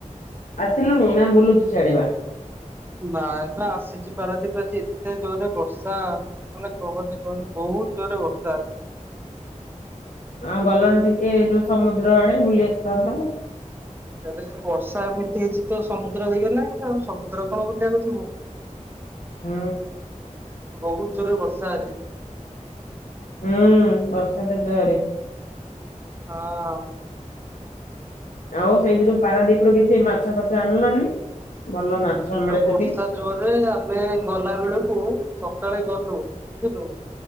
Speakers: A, on the left; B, on the right.
A: ଆସିଲୁନି ନା ବୁଲୁଚୁ ସିଆଡେ ବା?
B: ନାଇଁ ଏବେ ଆସିଚି ପାରାଦୀପି ଆଜି ଏତେ ଜୋରେ ବର୍ଷା। ମାନେ କହନି କହନି ବହୁତ୍ ଜୋରେ ବର୍ଷା ଆଜି।
A: ଆଁଉ ଗଲନି ଟିକେ ଯୋଉ ସମୁଦ୍ର ଆଡେ ବୁଲି ଆସିଥାନ୍ତ?
B: ଏରେ ଯେ ବର୍ଷା ଏମିତି ହେଇଛି ତ ସମୁଦ୍ର ହେଇଗଲା ଆଉ ସମୁଦ୍ର କଣ ବୁଲିବାକୁ ଯିବୁ।
A: ହୁଁ।
B: ବହୁତ୍ ଜୋରେ ବର୍ଷା ଆଜି।
A: ହୁଁ ବର୍ଷା ତ ଜୋରେ।
B: ହଁ।
A: ଆଉ ସେଇଠି ଯୋଉ ପାରାଦୀପ ରୁ କିଛି ମାଛ ଫାଛ ଆଣିଲନି ଭଲ ମାଛ
B: ନା
A: ମିଳେ
B: ବର୍ଷା
A: ସେଠି।
B: ଜୋରରେ ଆମେ ଗଲା ବେଳକୁ ସକାଳେ ଗଲୁ ବୁଝିଲୁ।